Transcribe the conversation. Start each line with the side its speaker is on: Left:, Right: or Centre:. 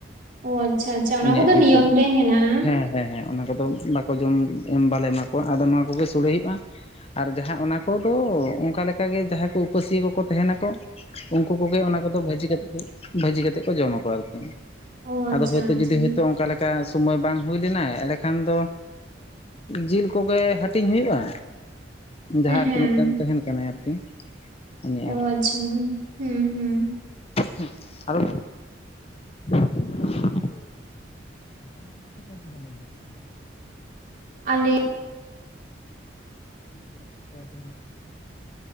Right: ᱚ ᱟᱪᱪᱷᱟ ᱟᱪᱪᱷᱟ ᱚᱱᱟ
Left: ᱩᱱᱤᱭᱟᱜ
Right: ᱠᱚᱫᱚ
Left: ᱡᱤᱞ
Right: ᱱᱤᱭᱚᱢ
Left: ᱫᱚ
Right: ᱨᱮ ᱦᱮᱱᱟᱜᱼᱟ᱾
Left: ᱦᱮᱸ ᱦᱮᱸ ᱦᱮᱸ ᱚᱱᱟ ᱠᱚᱫᱚ ᱵᱟᱠᱚ ᱡᱚᱢ ᱮᱢ ᱵᱟᱞᱮ ᱮᱢᱟ ᱠᱚᱣᱟ ᱟᱫᱚ ᱱᱚᱣᱟ ᱠᱚᱜᱮ ᱥᱳᱚᱲᱮ ᱦᱩᱭᱩᱜᱼᱟ᱾ ᱟᱨ ᱡᱟᱦᱟᱸ ᱚᱱᱟ ᱠᱚᱫᱚ ᱚᱱᱠᱟ ᱞᱮᱠᱟᱜᱮ ᱡᱟᱦᱟᱸᱭ ᱠᱚ ᱩᱯᱟᱹᱥ ᱠᱚᱠᱚ ᱛᱟᱦᱮᱱᱟᱠᱚ᱾ ᱩᱱᱠᱩ ᱠᱚᱜᱮ ᱚᱱᱟ ᱠᱚᱫᱚ ᱵᱷᱟᱹᱡᱤ ᱠᱟᱛᱮᱫ ᱠᱚ ᱵᱷᱟᱹᱡᱤ ᱠᱟᱛᱮᱫ ᱠᱚ ᱡᱚᱢᱟᱠᱚ ᱟᱨᱠᱤ᱾
Right: ᱚ ᱟᱪᱪᱷᱟ
Left: ᱟᱫᱚ ᱦᱳᱭᱛᱳ
Right: ᱟᱪᱪᱷᱟ
Left: ᱡᱩᱫᱤ ᱦᱚᱭᱛᱚ ᱚᱱᱠᱟ ᱞᱮᱠᱟ ᱥᱚᱢᱚᱭ ᱵᱟᱝ ᱦᱩᱭ ᱞᱮᱱᱟ ᱮᱸᱰᱮ ᱠᱷᱟᱱ ᱫᱚ ᱡᱤᱞ ᱠᱚᱜᱮ ᱦᱟᱹᱴᱤᱧ ᱦᱩᱭᱩᱜᱼᱟ ᱡᱟᱦᱟᱸᱭ ᱟᱨᱠᱤ
Right: ᱦᱮᱸ
Left: ᱢᱤᱫᱴᱮᱱ ᱛᱟᱦᱮᱱ ᱠᱟᱱᱟᱭ ᱟᱨᱠᱤ᱾ ᱩᱱᱤ
Right: ᱚ ᱟᱪᱪᱷᱟ ᱦᱩᱸ ᱦᱩᱸ᱾
Left: ᱦᱩᱸ ᱟᱫᱚ <inaudible> ᱡᱟᱞᱮ ᱠᱚᱫᱚ ᱪᱮᱫᱠᱟ ᱯᱮ ᱡᱟᱞᱮ ᱜᱮᱭᱟ ᱯᱮ ᱟᱨᱠᱤ?
Right: ᱟᱞᱮ
Left: ᱛᱤᱱ ᱜᱷᱟᱹᱲᱤᱡ ᱚᱠᱛᱚᱣᱟ ᱛᱮ ᱢᱟᱱᱮ